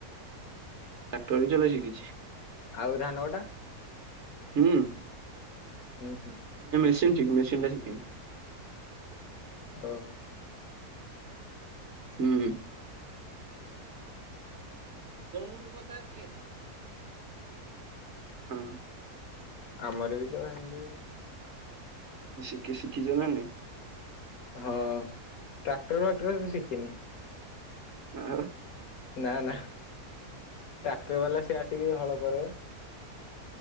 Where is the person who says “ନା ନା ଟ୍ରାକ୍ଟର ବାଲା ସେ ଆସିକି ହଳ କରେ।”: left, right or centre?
Left